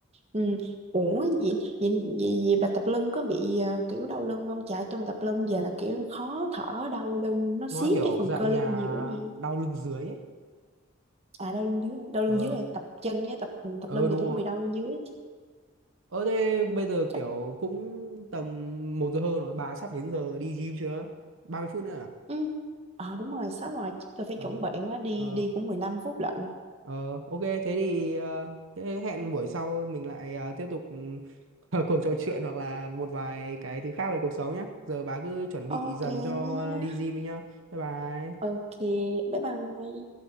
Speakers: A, on the right; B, on the right.
A: Ừ. Ủa vậy, vậy, vậy, vậy bà tập lưng có bị ờ, kiểu đau lưng không? Chạy tôi mà tập lưng giờ là kiểu khó thở đau lưng nó
B: nó
A: siết
B: kiểu
A: cái phần
B: dạng
A: cơ lưng
B: nhà
A: nhiều quá nè.
B: đau lưng dưới ấy
A: À đau lưng dưới, đau lưng
B: ờ
A: dưới là tập chân với tập ừ, tập
B: ờ
A: lưng
B: đúng
A: thì tôi
B: rồi
A: cũng bị đau lưng dưới.
B: ờ thế bây giờ
A: Chắc
B: kiểu cũng tầm một giờ hơn rồi bà sắp đến giờ đi gym chưa ba mươi phút nữa à
A: ừ. Ờ đúng rồi, sắp rồi, chắc tôi phải
B: ờ
A: chuẩn bị quá đi
B: ờ
A: đi cũng mười lăm phút lận.
B: Ờ, ok thế thì ờ, thế hẹn buổi sau mình lại ờ, tiếp tục ừ, <laughs> cuộc trò chuyện hoặc là một vài cái thứ khác về cuộc sống nhé. Giờ bà cứ chuẩn bị
A: Ok
B: dần cho
A: nha.
B: đi gym đi nhá. Bye bye.
A: Ok, bye bye.